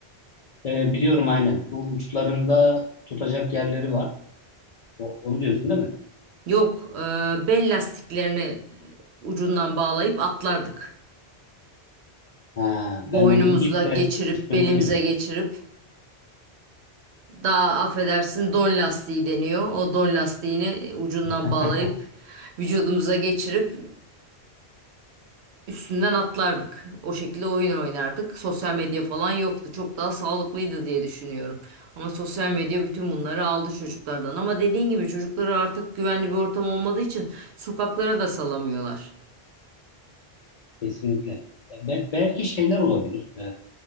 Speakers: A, on the left; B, on the right.
A: E, biliyorum aynen. Bu uçlarında tutacak yerleri var. O- onu diyorsun değil mi?
B: Yok, e, bel lastiklerini e, ucundan bağlayıp atlardık.
A: Ha,
B: Boynumuza
A: ben onun ip
B: geçirip,
A: versiyonunu
B: belimize
A: biliyorum.
B: geçirip, daha affedersin don lastiği deniyor. O don lastiğini ucundan
A: <laughs>
B: bağlayıp, vücudumuza geçirip üstünden atlardık. O şekilde oyun oynardık. Sosyal medya falan yoktu. Çok daha sağlıklıydı diye düşünüyorum. Ama sosyal medya bütün bunları aldı çocuklardan. Ama dediğin gibi çocukları artık güvenli bir ortam olmadığı için sokaklara da salamıyorlar.
A: Kesinlikle. Be- belki şeyler olabilir. E,